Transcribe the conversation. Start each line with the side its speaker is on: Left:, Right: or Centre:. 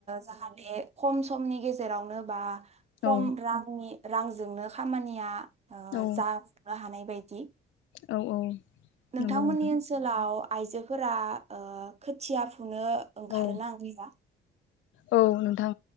Right: जाहाथे खम समनि गेजेरावनो बा खम
Left: औ
Right: रांनि रांजोंनो खामानिया आ
Left: औ
Right: जफुं नो हानाय बायदि
Left: औ औ
Right: नोंथांमोननि
Left: नंगौ नोंथां
Right: ओनसोलाव आयजोफोरा ओ खोथिया फु फुनो ओंखारोना
Left: औ
Right: ओ गैया
Left: औ नोंथां